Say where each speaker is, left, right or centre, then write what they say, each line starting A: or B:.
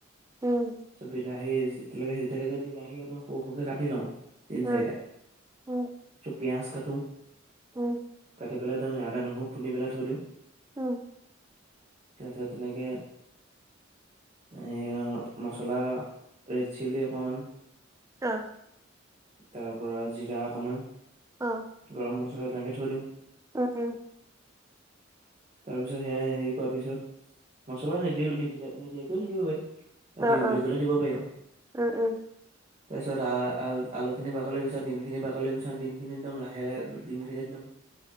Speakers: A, on the right (about 15°); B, on the right (about 35°).
A: উম।
B: চ' বিলাহী যেতিয়ালৈকে সিজি থাকে যে, বিলাহী একদম সৰু-সৰুকে কাটি লওঁ তিন-
A: উম
B: চাৰিটা।
A: উম
B: চ' পিয়াজ কাটোং।
A: উম
B: কাটি পেলাই আদা- নহৰু খুন্দি পেলাই থৈ দিওঁ।
A: উম।
B: তাৰ পিছত তেনেকে এইয়া মছলা, ৰেডচিলি অকমান
A: অহ।
B: তাৰ পৰা জিৰা অকমান
A: অহ।
B: গৰম মছলা তেনেকে থৈ দিওঁ।
A: উ উম।
B: <inaudible> তাৰ পিছত সেয়া হেৰি কৰাৰ পিছত, মছলা নিদিও নিদিলে নিদিয়াকেও থাকিব পাৰি। বা
A: অ
B: দিওঁ বুলি
A: অ
B: কলে দিব পাৰি আৰু।
A: উম উম
B: তাৰ পিছত আহ আলুখিনি বাকলি গুচাওঁ। দিমখিনি বাকলি গুচাওঁ। দিমখিনি একদম লা লাহে লে দিমখিনি একদম